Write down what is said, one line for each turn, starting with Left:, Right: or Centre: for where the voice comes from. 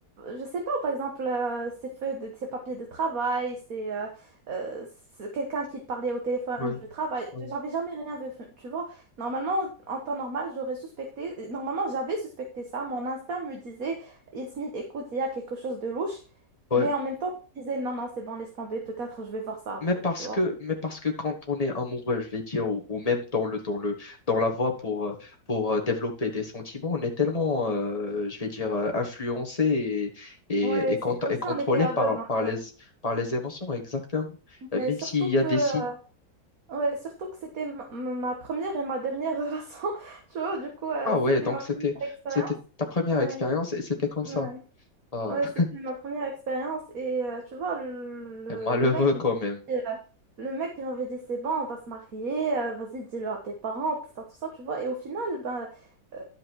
Right: je sais pas, par exemple, euh, ces feuilles de, ces papiers de travail, c'est euh, euh, c'est quelqu'un qui parlait au téléphone
Left: Ouais,
Right: du travail.
Left: ouais.
Right: J'avais jamais rien vu, tu vois. Normalement, en temps normal, j'aurais suspecté. Normalement, j'avais suspecté ça. Mon instinct me disait, Yasmine, écoute, il y a quelque chose de louche.
Left: Ouais.
Right: Mais en même temps, je disais, non, non, c'est bon, laisse tomber, peut-être je vais voir ça après,
Left: Mais parce
Right: tu vois.
Left: que, mais parce que quand on est amoureux, je vais dire, ou, ou même dans le, dans le, dans la voie pour, euh, pour euh, développer des sentiments, on est tellement, euh, je vais dire, euh, influencé et,
Right: Ouais,
Left: et, et,
Right: c'est
Left: cont-
Right: comme
Left: et
Right: si
Left: contrôlé
Right: on était aveugle,
Left: par,
Right: en
Left: par
Right: fait.
Left: les, par les émotions, exactement. Euh,
Right: Mais
Left: Même
Right: surtout
Left: s'il y
Right: que,
Left: a des
Right: euh,
Left: signes.
Right: ouais, surtout que c'était ma, ma première et ma dernière relation, <laughs> tu vois, du coup, euh,
Left: Ah ouais,
Right: c'était
Left: donc
Right: ma première
Left: c'était,
Right: expérience.
Left: c'était ta première
Right: Ouais,
Left: expérience et c'était comme ça.
Right: ouais.
Left: Ah,
Right: Ouais,
Left: <laughs>
Right: c'était ma première expérience et euh, tu vois, le, le-
Left: malheureux
Right: le mec,
Left: quand
Right: il
Left: même.
Right: m'avait dit, euh, le mec, il m'avait dit, c'est bon, on va se marier, euh, vas-y, dis-le à tes parents, tout ça, tout ça, tu vois. Et au final, ben, euh,